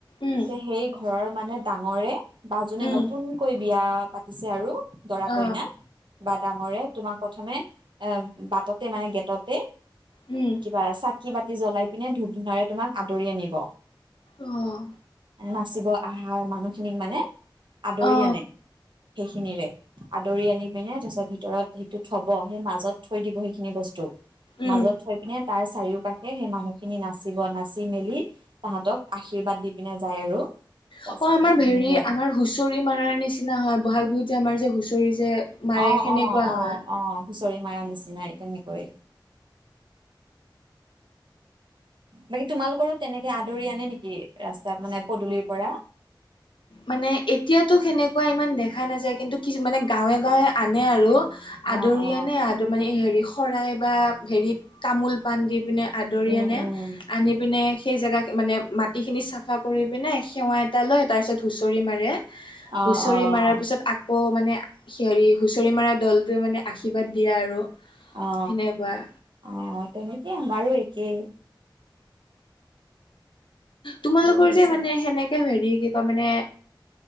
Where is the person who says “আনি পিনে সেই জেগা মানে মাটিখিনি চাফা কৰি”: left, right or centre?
Left